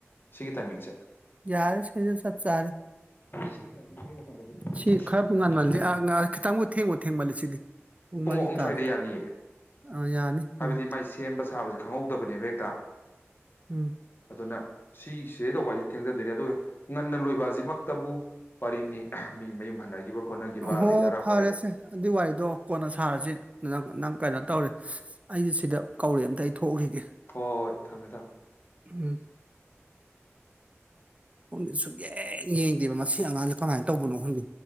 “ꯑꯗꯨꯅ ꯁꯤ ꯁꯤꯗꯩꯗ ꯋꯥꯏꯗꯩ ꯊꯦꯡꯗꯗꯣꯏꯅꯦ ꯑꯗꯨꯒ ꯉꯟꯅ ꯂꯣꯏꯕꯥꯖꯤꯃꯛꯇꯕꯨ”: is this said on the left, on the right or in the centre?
Left